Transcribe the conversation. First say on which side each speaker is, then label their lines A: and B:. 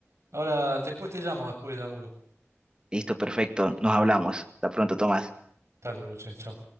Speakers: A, on the right; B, on the right.
A: ahora después te llamo, después del laburo.
B: Listo, perfecto. Nos hablamos. Hasta pronto, Tomás.
A: Hasta luego, che, chao.